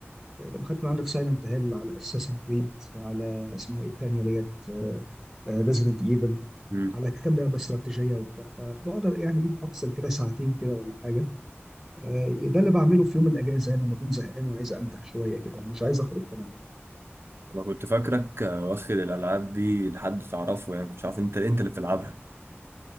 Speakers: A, in the centre; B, on the right.
A: آه، لما خدت من عندك سايلنت هيل على اساسن كريد على اسمها ايه التانيه ديت ريزيدنت ايفل
B: مم.
A: على كام لعبه استراتيجيه وبتاع فبقعد يعني ايه افصل كده ساعتين كده ولا حاجه آه، ده اللي بعمله في يوم الاجازه يعني لما اكون زهقان وعايز انتخ شويه كده ومش عايز اخرج كمان
B: انا كنت فاكرك آه، واخد الالعاب دي لحد تعرفه يعني كنت عارف انت انت اللي بتلعبها